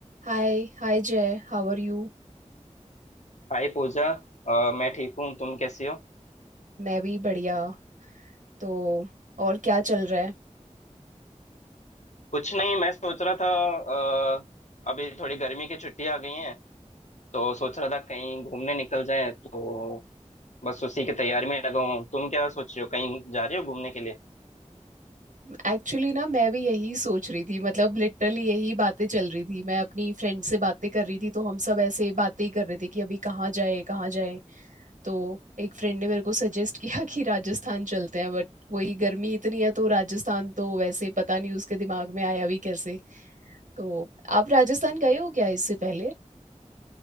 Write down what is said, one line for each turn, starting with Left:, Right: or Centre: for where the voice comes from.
Right: Hi hi Jay How are you
Left: हाय पूजा अ, मैं ठीक हूँ तुम कैसी हो
Right: मैं भी बढ़िया तो और क्या चल रहा है
Left: कुछ नहीं मैं सोच रहा था अ, अभी थोड़ी गर्मी की छुट्टी आ गई है तो सोच रहा था कहीं घूमने निकल जाए तो बस उसी की तैयारी में लगा हूँ तुम क्या सोच रहे हो कहीं जा रहे हो घूमने के लिए
Right: एक्चुअली ना मैं भी यही सोच रही थी मतलब लिटरली यही बातें चल रही थी मैं अपनी फ्रेंड से बातें कर रही थी तो हम सब ऐसे बातें ही कर रहे थे कि अभी कहाँ जाए कहाँ जाए तो एक फ्रेंड ने मेरे को सजेस्ट <laughs> किया कि राजस्थान चलते हैं बट वही गर्मी इतनी है तो राजस्थान तो वैसे पता नहीं उसके दिमाग में आया भी कैसे तो आप राजस्थान गए हो क्या इससे पहले